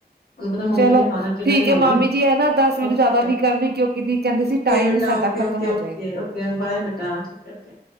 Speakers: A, on the left (about 65°); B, on the right (about 75°).
A: ਉਹਨੂੰ ਪਤਾ ਮੰਮੀ
B: ਚਲੋ
A: ਨੇ ਖਾਣਾ ਕਿੰਨੇ
B: ਠੀਕ
A: ਦਿਨ
B: ਏ
A: ਹੋ ਗਏ
B: ਮਾਮੀ
A: ਨੇ
B: ਜੀ। ਇਹ ਨਾ ਦਸ ਮਿੰਟ
A: ਓਕੇ
B: ਜਿਆਦਾ ਨੀ ਕਰਨੀ, ਕਿਉਂਕਿ ਦੀ ਕਹਿੰਦੇ ਸੀ।
A: ਓਕੇ
B: ਟਾਈਮ
A: ਬੇਟਾ।
B: ਸਾਡਾ
A: ਓਕੇ-
B: ਖ਼ਤਮ
A: ਓਕੇ-
B: ਹੋ
A: ਓਕੇ-
B: ਜਾਏਗਾ।
A: ਓਕੇ ਬਏ ਬੇਟਾ ਠ ਓਕੇ।